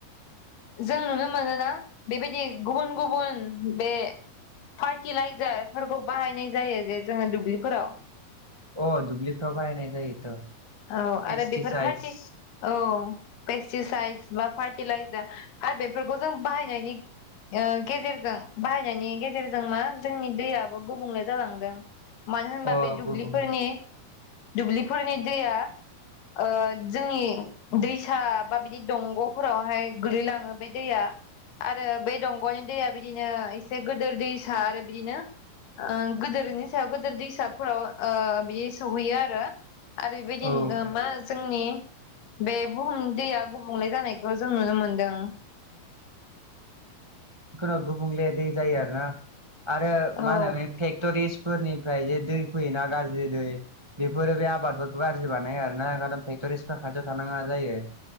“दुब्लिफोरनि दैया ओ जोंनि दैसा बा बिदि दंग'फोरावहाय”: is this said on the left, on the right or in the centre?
Left